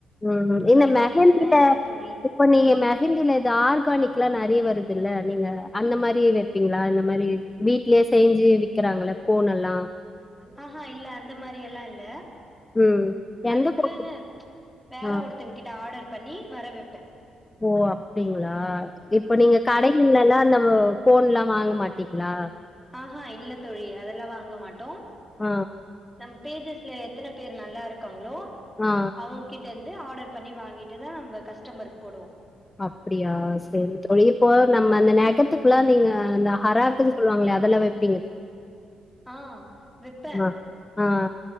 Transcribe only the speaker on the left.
ம் இந்த
மெஹந்தில
இப்ப நீங்க மெஹந்தில டார் க்கானிக் லா நறைய வருதுல்ல நீங்க அந்த மாரி வெப்பீங்ளான்னு மாரி வீட்லே செஞ்சு விக்கிறாங்கள்ள கோன்ல்லா
ம். எந்த
கோன்?
ஆ.
ஓ அப்டிங்களா? இப்ப நீங்க கடைகுல்ல ல்லா நம்போ கோன் லா வாங்க மாட் ட்டீங்ளா
ஆ
ஆ.
அப்புடியா சேரி தோழி இப்போ நம்ம அந்த நெகத்துக்குல்லா நீங்க அந்த ஹராக்குன்னு சொல்லுவாங்களே அதுல்லா வெப்
ம் ஆ ஆ